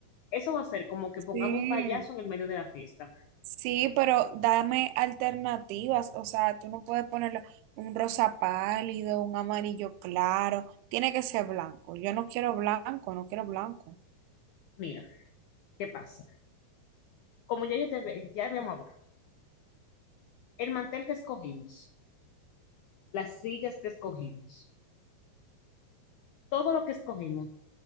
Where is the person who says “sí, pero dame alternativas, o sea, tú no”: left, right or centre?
Right